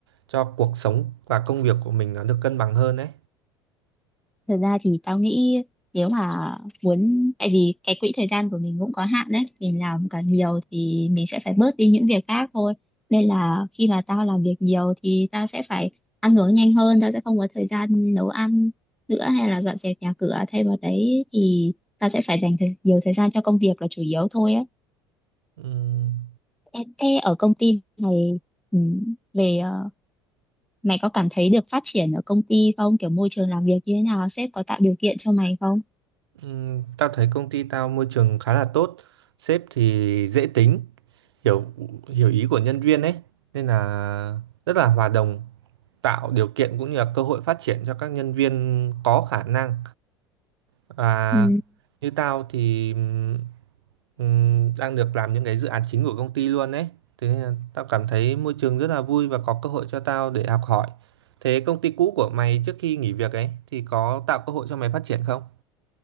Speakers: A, on the right (about 75°); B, in the centre.
A: cho cuộc sống và công việc của mình nó được cân bằng hơn đấy?
B: Thật ra thì tao nghĩ nếu mà muốn tại vì cái quỹ thời gian của mình cũng có hạn đấy mình làm càng nhiều thì mình sẽ phải bớt đi những việc khác thôi nên là khi mà tao làm việc nhiều thì tao sẽ phải ăn uống nhanh hơn tao sẽ không có thời gian nấu ăn nữa hay là dọn dẹp nhà cửa thay vào đấy thì tao sẽ phải dành thời, nhiều thời gian cho công việc là chủ yếu thôi á
A: Ừm.
B: thế, thế ở công ty này ừ, về ờ, mày có cảm thấy được phát triển ở công ty không kiểu môi trường làm việc như thế nào sếp có tạo điều kiện cho mày không
A: Ừm, tao thấy công ty tao môi trường khá là tốt, sếp thì dễ tính, hiểu hiểu ý của nhân viên ấy, nên là rất là hòa đồng, tạo điều kiện cũng như là cơ hội phát triển cho các nhân viên có khả năng. Và
B: Ừ.
A: như tao thì ừm, ừm, đang được làm những cái dự án chính của công ty luôn ấy, thế nên là tao cảm thấy môi trường rất là vui và có cơ hội cho tao để học hỏi. Thế công ty cũ của mày trước khi nghỉ việc ấy thì có tạo cơ hội cho mày phát triển không?